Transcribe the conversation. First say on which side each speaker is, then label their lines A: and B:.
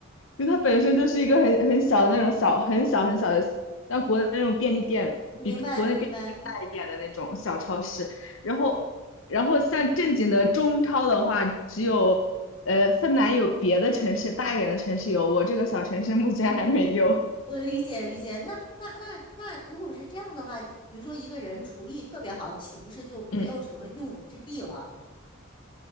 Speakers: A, on the left; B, on the left.
A: 因为它本身就是一个很很小的那种小很小很小的，像国内那种便利店比比国内便利店大一点的那种小超市。
B: 明白明白，
A: 然后，然后像正经的中超的话，只有呃芬兰有，别的城市大一点的城市有，我这个小城市目前还没有。
B: 呃，理解理解。那那那那，如果是这样的话，比如说一个人厨艺特别好，岂不是就没有什么用武之地了？
A: 嗯，